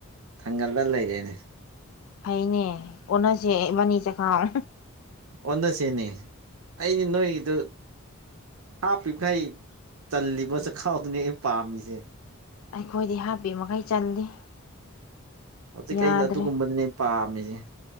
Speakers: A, on the right; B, on the left.
A: ꯊꯥꯡꯒꯠꯂ ꯂꯩꯔꯦꯅꯦ
B: ꯐꯩꯅꯦ ꯑꯣꯟꯅꯁꯦ ꯏꯕꯅꯤ ꯆꯈꯥꯎ
A: ꯑꯣꯟꯅꯁꯤꯅꯦ ꯑꯩꯗꯤ ꯅꯣꯏꯒꯤꯗꯨ ꯍꯥꯞꯄꯤꯈꯩ ꯆꯜꯂꯤꯕ ꯆꯈꯥꯎꯗꯨꯅꯤ ꯑꯩ ꯄꯥꯝꯃꯤꯁꯦ
B: ꯑꯩꯈꯣꯏꯗꯤ ꯍꯥꯞꯄꯤ ꯃꯈꯩ ꯆꯜꯂꯤ
A: ꯍꯧꯖꯤꯛ
B: ꯌꯥꯗ꯭ꯔꯦ
A: ꯑꯩꯅ ꯑꯗꯨꯒꯨꯝꯕꯗꯨꯅꯦ ꯄꯥꯝꯃꯤꯁꯦ